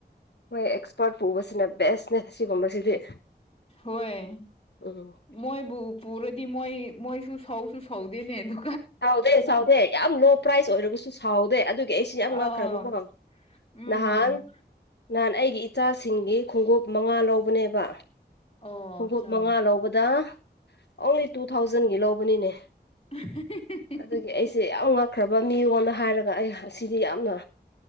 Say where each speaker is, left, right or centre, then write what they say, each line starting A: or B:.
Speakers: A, on the left; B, on the left.
A: ꯍꯣꯏ ꯑꯦꯛꯁꯄꯔꯠ ꯄꯨꯕꯁꯤꯅ ꯕꯦꯁꯅꯦ ꯁꯤꯒꯨꯝꯕꯁꯤꯗꯤ
B: ꯍꯣꯏ
A: ꯎꯝ
B: ꯃꯣꯏꯕꯨ ꯄꯨꯔꯗꯤ ꯃꯣꯏ ꯃꯣꯏꯁꯨ ꯁꯧꯁꯨ ꯁꯧꯗꯦꯅꯦ ꯑꯗꯨ
A: ꯁꯥꯎꯗꯦ ꯁꯥꯎꯗꯦ ꯌꯥꯝ ꯂꯣ ꯄ꯭ꯔꯥꯏꯖ ꯑꯣꯏꯔꯒꯁꯨ ꯁꯥꯎꯗꯦ ꯑꯗꯨꯒꯤ ꯑꯩꯁꯨ ꯌꯥꯝ ꯉꯥꯛꯈ꯭ꯔꯕ
B: ꯑꯥ
A: ꯒꯣ
B: ꯎꯝ
A: ꯅꯍꯥꯟ ꯅꯍꯥꯟ ꯑꯩꯒꯤ ꯏꯆꯥꯁꯤꯡꯒꯤ ꯈꯣꯡꯎꯞ ꯃꯉꯥ ꯂꯧꯕꯅꯦꯕ
B: ꯑꯣ
A: ꯈꯣꯡꯎꯞ
B: ꯑꯠꯆꯥ
A: ꯃꯉꯥ ꯂꯧꯕꯗ ꯑꯣꯡꯂꯤ ꯇꯨ ꯊꯥꯎꯖꯟꯒꯤ ꯂꯧꯕꯅꯤꯅꯦ
B: <unintelligible>
A: ꯑꯗꯨꯒꯤ ꯑꯩꯁꯦ ꯌꯥꯝ ꯉꯛꯈ꯭ꯔꯕ ꯃꯤꯌꯣꯅ ꯍꯥꯏꯔꯒ ꯑꯩ ꯑꯁꯤꯗꯤ ꯌꯥꯝꯅ